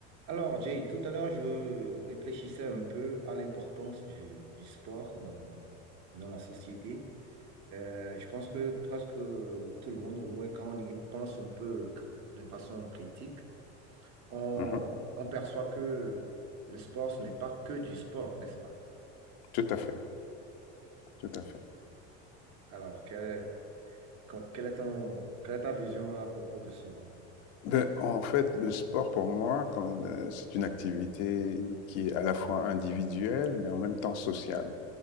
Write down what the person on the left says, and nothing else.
Mhm,
Tout à fait, tout à fait.
Ben en fait, le sport pour moi, quand, heu, c'est une activité qui est à la fois individuelle, mais en même temps sociale.